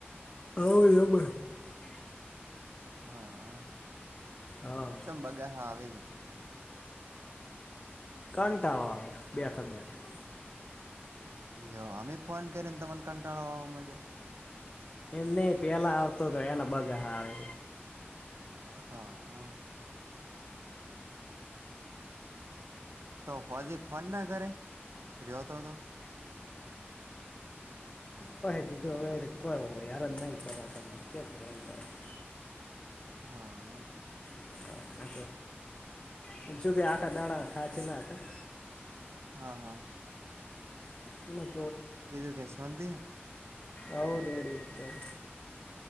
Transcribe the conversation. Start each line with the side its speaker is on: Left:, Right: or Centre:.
Left: હ બરાબર. <unintelligible>
Right: હા
Left: હા
Right: સં <unintelligible> બગાહા આવે.
Left: કંટાળો આવે બેઠક બેઠા.
Right: જો અમે ફોન કરીને તમને કંટાળો આવા મળ્યો.
Left: એમ નઈ પેલા આવતો તો એના બગા આવે.
Right: હા. તો પછી ફોન ના કરે ર્યોતો તો.
Left: પછ કીધું હવે કોઈ હરન નહી કરવા તને <inaudible>
Right: હા.
Left: <inaudible> કરો જોકે આખા દાડા થાય છે ના હતા.
Right: હા હા.
Left: <unintelligible>
Right: બીજું કે શાંતિ?
Left: આવ રેડયો કર.